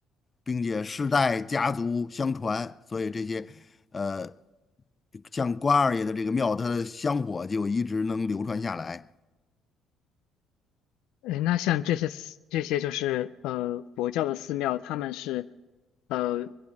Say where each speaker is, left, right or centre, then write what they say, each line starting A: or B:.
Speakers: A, on the left; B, on the left.
A: 并且世代家族相传，所以这些呃，像关二爷的这个庙，它的香火就一直能流传下来。
B: 哎，那像这些寺这些就是呃佛教的寺庙，他们是呃